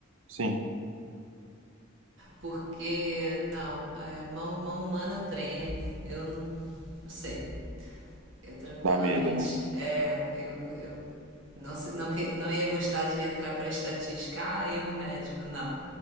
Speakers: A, on the right; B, on the right.
A: sim,
B: Porque, não, é, mão, mão humana treme, eu não, não sei. Eu tranquilamente,
A: dá medo, né?
B: é, eu, eu não, não, não ia gostar de entrar para estatística, ah, erro médico, não.